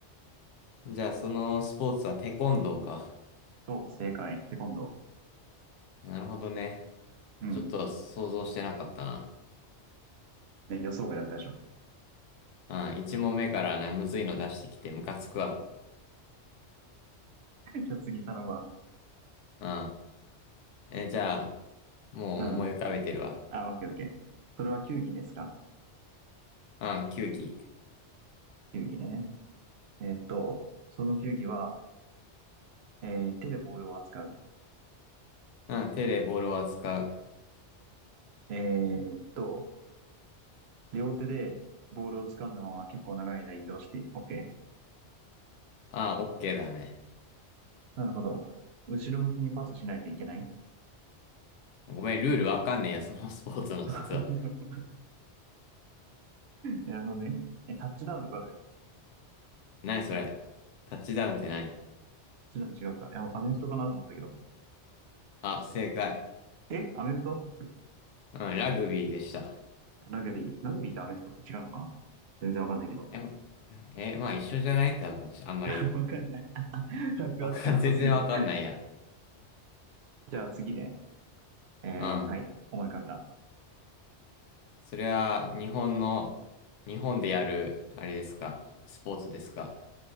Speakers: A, on the left; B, on the right.
A: じゃあ、そのスポーツはテコンドーか。
B: そう、正解。テコンド
A: なるほどね。
B: ー。うん。
A: ちょっと想像してなかったな。
B: ね、予想外だったでしょ。
A: うん、一問目からな、むずいの出してきてムカつくわ。
B: <laughs> じゃあ次頼むわ。
A: うん。え、じゃあ、もう思い浮かべてるわ。
B: うん。あ、オッケーオッケー。それは球技ですか
A: うん、球技。
B: 球技ね。えーっと、その球技は、えー手でボールを扱う。
A: うん、手でボールを扱う。
B: えーっと、両手でボールを掴んだまま結構長い間移動して、オッケー。
A: ああ、オッケーだね。
B: なるほど。後ろ向きにパスしないといけない
A: ごめん、ルールわかんねえや、<laughs> そのスポーツの実は。
B: <laughs> なるほどね。え、タッチダウンとかある
A: 何それ。タッチダウンって何
B: タッチダウン違うか。いや、アメフトかなと思ったけど。
A: あ、正解。
B: えアメフト
A: うん、ラグビーでした。
B: ラグビーラグビーとアメフトって違うのかな全然わかんないけど。
A: え、え、まあ一緒じゃない多分、あんまり。
B: <laughs> わかんない。<laughs>
A: わかん、
B: 詳しくなさすぎる。
A: 全然わかんないや。
B: じゃあ次ね。えー、
A: うん。
B: はい。思い浮かべた。
A: それは、日本の、日本でやる、あれですか、スポーツですか。